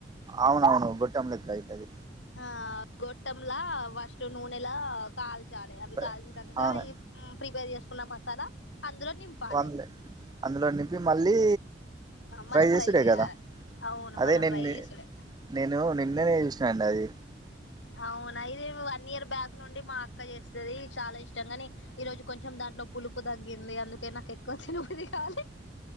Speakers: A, on the right; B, on the left.
A: అవునవును గొట్టం లెక్క అయితది
B: ఆ గొట్టంలా ఫస్ట్ నూనెలా కాల్చ చాలే అవి
A: ఫ్రై
B: కాల్చినంక
A: అవును
B: ఈ ప్రిపేర్ చేసుకున్న మసాలా అందులో నింపాలె.
A: వన్లే అందులో నింపి మళ్ళీ
B: మళ్ళా
A: ఫ్రై చేసుడే
B: చేయాలి
A: కదా?
B: అవును
A: అదే
B: మళ్ళా
A: నిన్
B: ఫ్రై చేసుడే
A: నేను నిన్ననే చూసిన అండి అది
B: అవునా ఇది వన్ ఇయర్ బ్యాక్ నుండి మా అక్క చేస్తది, చాలా ఇష్టం గని ఈరోజు కొంచెం దాంట్లో పులుపు తగ్గింది అందుకే నాకు ఎక్కువ తినబుద్ధి కాలే.